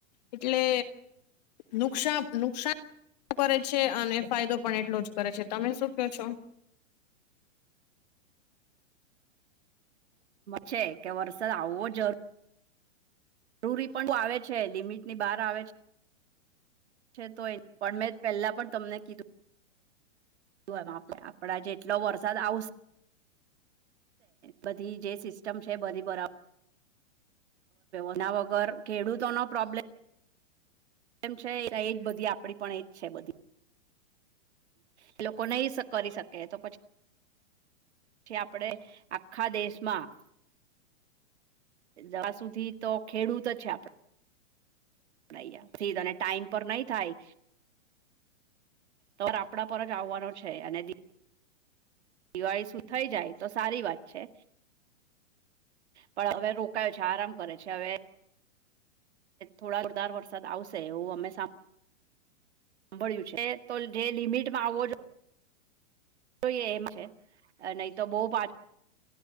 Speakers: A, on the left; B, on the right.
A: એટલે. નુકસાપ નુકસાન. કરે છે અને ફાયદો પણ એટલો જ કરે છે તમે શું કો છો?
B: છે કે વરસાદ આવવો જ. <unintelligible> જરૂરી પણ આવે છે. લિમિટ ની બહાર આવે છે. છે તો એ પણ મેં પહેલા પણ તમને કીધું. આપે આપડા જેટલો વરસાદ આવશે. બધી જે સિસ્ટમ છે બધી બરા. એના વગર ખેડૂતો નો પ્રોબ્લેમ. એમ છે એજ બધી આપડી પણ એજ છે. બધી. એ લોકો નહી કરી શકે તો પછી? આપડે આખા દેશમાં જવા સુધી તો ખેડૂત જ છે, આપડે. <unintelligible> સી અને ટાઈમ પર નહી થાય તોર આપણા પર જ આવવાનો છે અને દિવાળી શું થાઈ જાય તો સારી વાત છે. પણ હવે રોકાયો છે, આરામ કરે છે. હવે થોડા જોરદાર વરસાદ આવશે એવું અમે સામ- સાંભળ્યું છે, તો જે લિમિટમાં આવવો જોએ. જોએ એમ છે, નહી તો બહ પાછ.